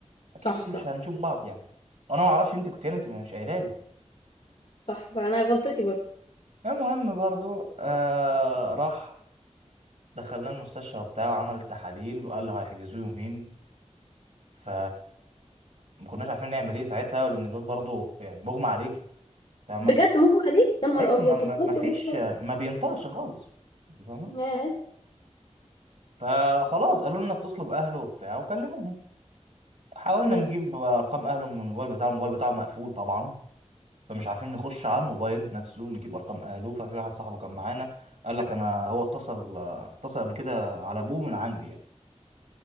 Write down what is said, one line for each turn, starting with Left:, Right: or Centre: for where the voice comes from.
Right: اكيد
Left: صح
Right: مش
Left: صح
Right: هنشوف بعض يعني وانا ما اعرفش انت كنت يعني انت مش قايله لي
Left: صح صح انا غلطتي برضه
Right: المهم برضو آه راح دخلنا المستشفى بتاعه وعمل تحاليل وقال له هيحجزوه يومين ف ما كناش عارفين نعمل ايه ساعتها لان الواد برضو يعني مغمى عليه فاهمه
Left: بجد مغمى عليه يا نهار
Right: ايوه
Left: ابيض
Right: ما ما
Left: طب عملتوا
Right: ما فيش
Left: ايه بسرعه
Right: ما بينطقش خالص انت فاهمه
Left: ياه
Right: فخلاص قالوا لنا اتصلوا باهله وبتاع وكلموهم حاولنا
Left: مم.
Right: نجيب ارقام اهله من الموبايل بتاعه الموبايل بتاعه مقفول طبعا فمش عارفين نخش على الموبايل نفسه نجيب ارقام اهله ففي واحد صاحبه كان معانا قال لك انا هو اتصل اتصل قبل كده على ابوه من عندي يعني